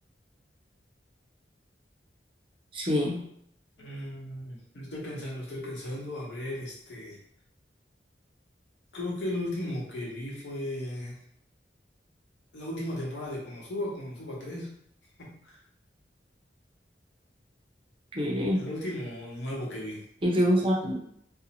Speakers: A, on the right; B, on the left.
A: Sí,
B: mm, estoy pensando, estoy pensando, a ver, este, creo que el último que vi fue la última temporada de Konosuba, Konosuba 3, <laughs>
A: ok.
B: el último nuevo que vi.
A: ¿Y te gustan?